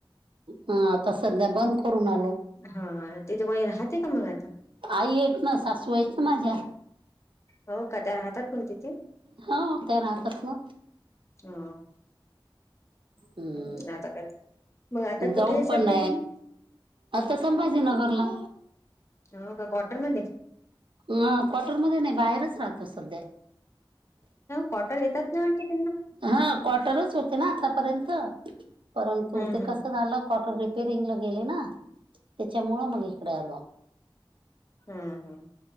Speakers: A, on the right; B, on the left.
A: हा आता सध्या बंद करून आलो.
B: हा तिथे कोणी राहते का मग आता.
A: आई आहेत ना सासू आहेत ना माझ्या
B: हो का त्या राहतात पण तिथे.
A: हा ते राहतात ना.
B: हा.
A: हम्म
B: हम् आता काच मग आता कुठे
A: जाऊ
B: आहे
A: पण
B: सध्या तुम्ही.
A: आता संभाजीनगरला.
B: हो का कॉटर मध्ये.
A: ह क्टरमध्येध्ये नाही बाहेरच राहतो सध्या.
B: कॉटर येतात ना म्ह
A: हा क्वार्टर होते ना आतापर्यंत परंतु
B: हम्
A: ते
B: हम
A: कसं झालं कॉटर रिपेरिंगला गेले ना त्याच्यामुळं मग इकडे आलो
B: हम्म हम्म